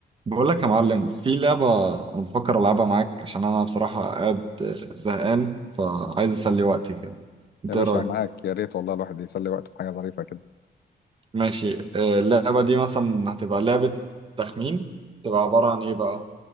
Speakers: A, on the right (about 30°); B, on the left (about 70°).
A: بقول لك يا معلم في لعبة أنا بفكر ألعبها معاك عشان أنا بصراحة قاعد آه، زهقان فعايز أسلي وقتي كده أنت
B: يا باشا
A: إيه رأيك؟
B: معاك يا ريت والله الواحد يسلي وقته في حاجة ظريفة كده
A: ماشي آه، اللعبة دي مثلا هتبقى لعبة تخمين تبقى عبارة عن إيه بقى؟